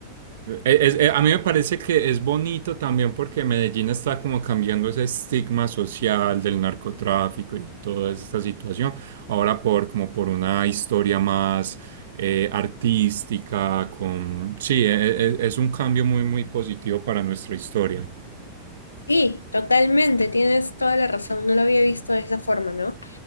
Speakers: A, on the right; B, on the left.
A: eh, es- eh, a mí me parece que es bonito también porque Medellín está como cambiando ese estigma social del narcotráfico y toda esta situación, ahora por como por una historia más eh, artística, con... Sí, e- e- es un cambio muy, muy positivo para nuestra historia.
B: Sí, totalmente, tienes toda la razón, no lo había visto de esa forma, ¿no?